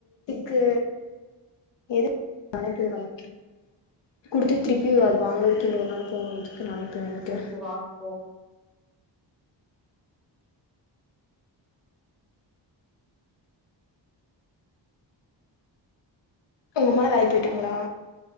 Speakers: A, on the left; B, in the centre.
A: கு எதுக்கு நானே போய் வாங்கிறோன் குடுத்து திருப்பி அது வாங்குறத்துக் இன்னோரு நாள் போனுன்றதுக்கு நானே போய் வாங்கிக்கிறே
B: சரி போ வாங்கு போ
A: உங்க அம்மால வேலை போயிட்டாங்களா